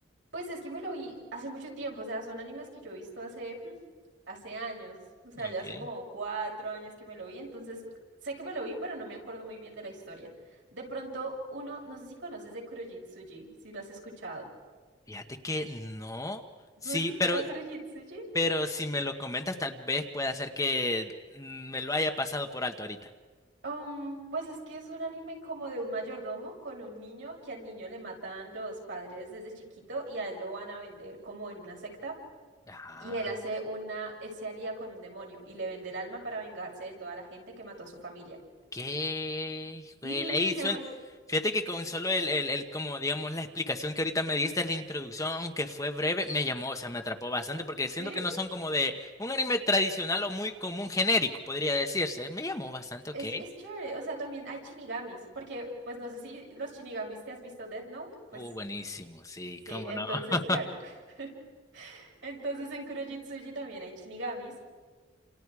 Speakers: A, on the right; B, on the left.
A: Pues es que me lo vi hace mucho tiempo, o sea, son animes que yo he visto hace, <laughs> hace años, o sea,
B: Okay.
A: ya hace como cuatro años que me lo vi, entonces sé que me lo vi, pero no me acuerdo muy bien de la historia. De pronto, uno, no sé si conoces de Kurojitsuji, si lo has escuchado.
B: Fíjate que no.
A: ¿No
B: Sí,
A: has escuchado
B: pero,
A: Kurojitsuji?
B: pero si me lo comentas, tal vez pueda ser que mm, me lo haya pasado por alto ahorita.
A: Um, pues es que es un anime como de un mayordomo con un niño que al niño le matan los padres desde chiquito y a él lo van a vender como en una secta.
B: Ajá.
A: Y él hace una, él se alía con un demonio y le vende el alma para vengarse de toda la gente que mató a su familia.
B: qué juela.
A: Sí,
B: Ahí
A: se
B: suena.
A: llama...
B: Fíjate que con solo el, el, el, como digamos, la explicación que ahorita me diste, la introducción, aunque fue breve, me llamó, o sea, me atrapó bastante, porque siento
A: ¿Sí?
B: que no son como de un anime tradicional o muy común genérico, podría decirse. Me llamó bastante,
A: Es,
B: ok.
A: es chévere, o sea, también hay shinigamis, porque pues no sé si los shinigamis te has visto Death Note, pues
B: Uh, buenísimo, sí,
A: sí,
B: cómo
A: entonces
B: no. <laughs>
A: claro. <laughs> Entonces en Kuroji también hay shinigamis.